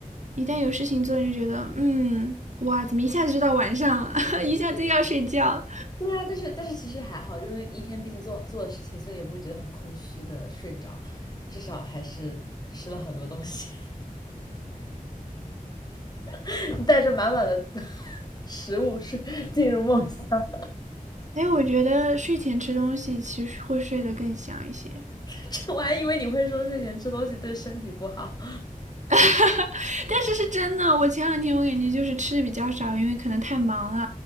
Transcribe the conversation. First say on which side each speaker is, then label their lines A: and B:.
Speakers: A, on the right (about 55°); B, on the left (about 25°).
A: 一旦有事情做，你就觉得嗯，哇，怎么一下子就到晚上了，<laughs> 一下子又要睡觉了。
B: 对啊，但是但是其实还好，因为一天毕竟做做的事情，所以也不会觉得很空虚的睡着，至少还是吃了很多东西。<laughs> 带着满满的食物睡进入梦乡。
A: 哎，我觉得睡前吃东西其实会睡得更香一些，
B: <laughs> 这我还以为你会说睡前吃东西对身体不好。
A: <laughs> 但是是真的，我前两天我感觉就是吃的比较少，因为可能太忙了，